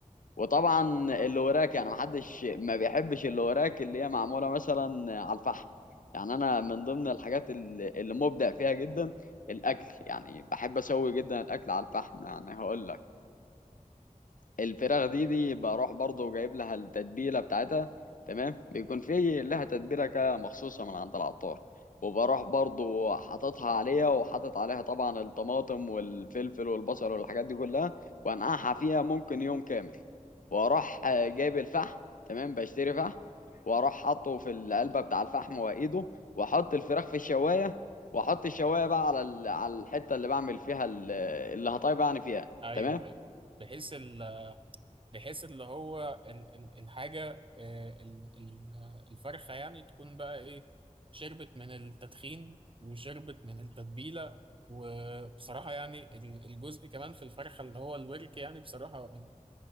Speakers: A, on the left; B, on the right.
A: وطبعا اللي وراك يعني محدش ما بيحبش اللي وراك اللي هي معموله مثلا على الفحم يعني انا من ضمن الحاجات اللي اللي مبدع فيها جدا الاكل يعني بحب اسوي جدا الاكل على الفحم يعني هقول لك الفراخ دي دي بروح برضه جايب لها التتبيله بتاعتها تمام بيكون في لها تتبيله كده مخصوصه من عند العطار وبروح برضه حاططها عليها وحاطط عليها طبعا الطماطم والفلفل والبصل والحاجات دي كلها وانقعها فيها ممكن يوم كامل واروح آه، جايب الفحم تمام بشتري فحم واروح حاطه في العلبه بتاع الفحم وايده واحط الفراخ في الشوايه واحط الشوايه بقى على ال- على الحته اللي بعمل فيها ال- اللي هطيب يعني فيها
B: ايوه
A: تمام
B: ايوه بحيث ال بحيث اللي هو ال ال الحاجة آه، ال ال آه، الفرخة يعني تكون بقى إيه شربت من التدخين وشربت من التتبيلة وبصراحة يعني ال- الجزء كمان في الفرخة اللي هو الورك يعني بصراحة من